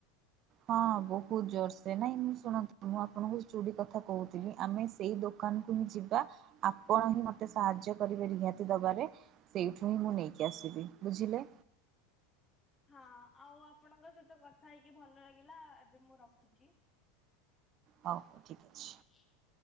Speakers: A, on the right; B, on the left.
A: ହଁ ବହୁତ୍ ଯୋରସେ, ନାଇଁ ମୁଁ ଶୁଣନ୍ତୁ ମୁଁ ଆପଣଙ୍କୁ ଚୁଡି କଥା କହୁଥିଲି ଆମେ ସେଇ ଦୋକ ଦୋକାନକୁ ହିଁ ଯିବା, ଆପଣ ହିଁ ମତେ ସାହାଯ୍ୟ କରିବେ ରିହାତି ଦବାରେ। ସେଇଠୁ ହିଁ ମୁଁ ନେଇକି ଆସିବି ବୁଝିଲେ?
B: ହଁ ଆଉ ଆପଣଙ୍କ ସହିତ କଥା ହେଇକି ଭଲ ଲାଗିଲା, ଏବେ ମୁଁ ରଖୁଛି।
A: ହଉ ଠିକ୍ ଅଛି।
B: <unintelligible>